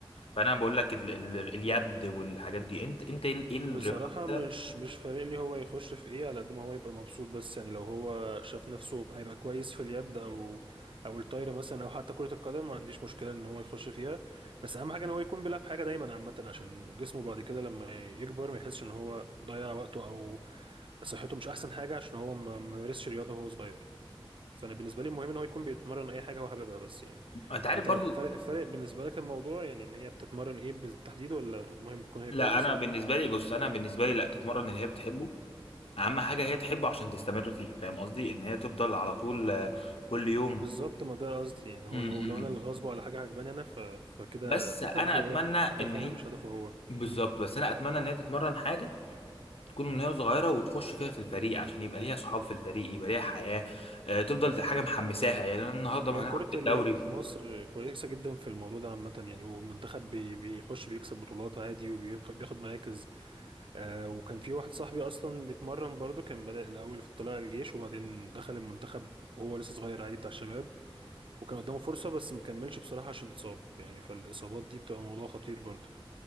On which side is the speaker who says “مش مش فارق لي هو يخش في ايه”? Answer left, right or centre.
Right